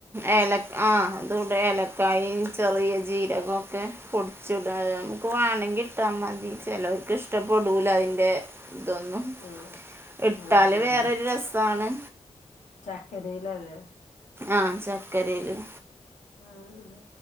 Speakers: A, on the right; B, on the left.
A: ഏലക് ആ അതുടെ ഇലക്കായിം ചെറിയ ജീരകക്കെ പൊടിച്ടാ നമുക്ക് വാണങ്കിൽ ചമ്മന്തി ചിലവർക്ക് ഇഷ്ടപ്പെടൂല അതിൻ്റെ ഇതൊന്നും
B: ആഹ്
A: ഇട്ടാല്
B: ആഹ് ആഹ്
A: വേറൊരു രസാണ്
B: ചക്കരയിലല്ലേ
A: ആഹ് ചക്കരേലും
B: ആഹ്